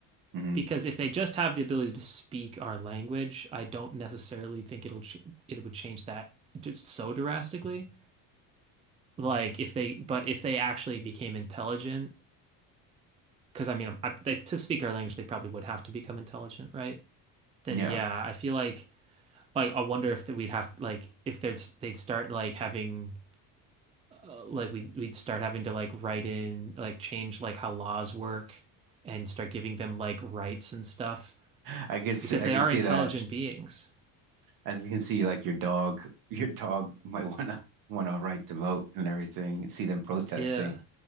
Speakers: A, on the right (about 60°); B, on the right (about 15°).
A: mhm,
B: Because if they just have the ability to speak our language, I don't necessarily think it'll ch it would change that just so drastically. Like if they but if they actually became intelligent, because I mean I, they, to speak our language, they probably would have to become intelligent, right? Then
A: yeah,
B: yeah, I feel like Like, I wonder if that we'd have like if there's they'd start like having uh, like we we'd start having to like write in like change like how laws work and start giving them like rights and stuff
A: I could see,
B: because
A: I
B: they
A: could
B: are
A: see
B: intelligent
A: that
B: beings.
A: As you can see, like your dog, <laughs> your dog might wanna want a right to vote and everything. See them protesting.
B: Yeah.